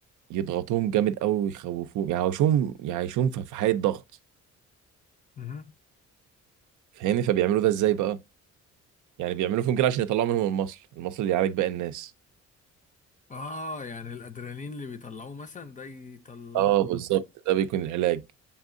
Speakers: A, on the right; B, on the left.
A: يضغطوهم جامد قوي ويخوفوهم يعيشوهم يعيشوهم في في حالة ضغط
B: مهم.
A: فاهمني فبيعملوا ده ازاي بقى يعني بيعملوا فيهم كده عشان يطلعوا منهم المصل المصل اللي يعالج باقي الناس
B: اه يعني الادرينالين اللي بيطلعوه مثلا ده يطلعه
A: اه بالظبط ده بيكون العلاج